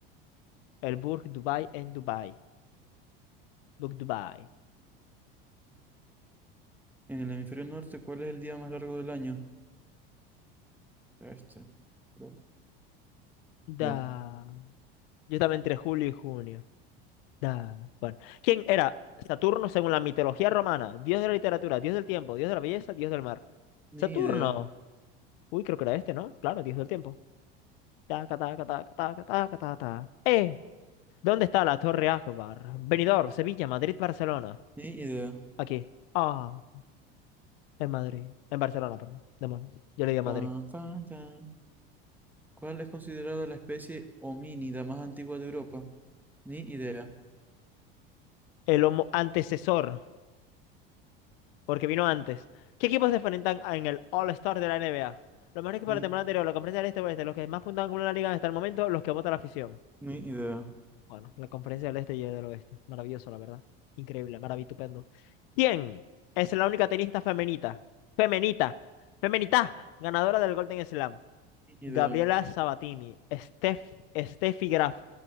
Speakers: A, on the left (about 70°); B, in the centre.
A: El Burj Dubai en Dubai. Burj Dubai.
B: En el hemisferio norte, ¿cuál es el día más largo del año? Este. creo.
A: Da.
B: Ya.
A: Yo estaba entre julio y junio. Da, bueno. ¿Quién era Saturno según la mitología romana? Dios de la literatura, dios del tiempo, dios de la belleza, dios del mar.
B: Ni
A: Saturno.
B: idea,
A: Uy, creo que era este, ¿no? Claro, dios del tiempo. Taca, taca, taca, taca, taca, taca, taca. ¡Eh! ¿Dónde está la Torre Akbar? Benidorm, Sevilla, Madrid, Barcelona.
B: ni idea.
A: Aquí. Ah, en Madrid. En Barcelona, perdón. Demonios. Yo le digo
B: Tan,
A: Madrid.
B: tan, tan. ¿Cuál es considerada la especie homínida más antigua de Europa? Ni idea,
A: El homo antecesor porque vino antes. ¿Qué equipos se enfrentan a- en el All-Star de la NBA? Los mejores equipos
B: Ni,
A: de la temporada anterior, la conferencia del Este y Oeste, los que más puntos han acumulado la liga hasta el momento, los que vota la afición.
B: ni idea.
A: Bueno, la conferencia del Este y del Oeste. Maravilloso, la verdad. Increíble, maravitupendo. ¿Quién es la única tenista femenita? Femenita. Femenita. Ganadora del Golden Slam.
B: ni
A: Gabriela
B: idea,
A: Sabatini. Steph, Steffi Graf.